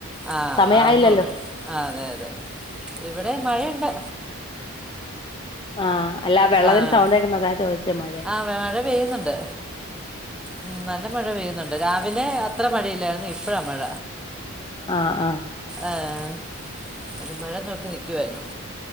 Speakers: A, in the centre; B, on the left.
A: ആ
B: സമയായില്ലല്ലോ
A: അവുന്നള്ളൂ ആഹ് അതെ അതെ ഇവിടെ മഴണ്ട്
B: ആഹ് അല്ല വെള്ളത്തിന്
A: ആ
B: സൗണ്ട്ക്കുന്ന അതാ ചോദിച്ചേ മഴണ്ട
A: ആഹ് മഴ പെയ്യുന്നുണ്ട് ഉം നല്ല മഴ പെയ്യുന്നുണ്ട് രാവിലെ അത്ര മഴയില്ലായിരുന്നു ഇപ്പഴാ മഴ
B: ആഹ് ആഹ്
A: ആഹ് ഏ അത് മഴ നോക്കി നിക്കുവായിരുന്നോ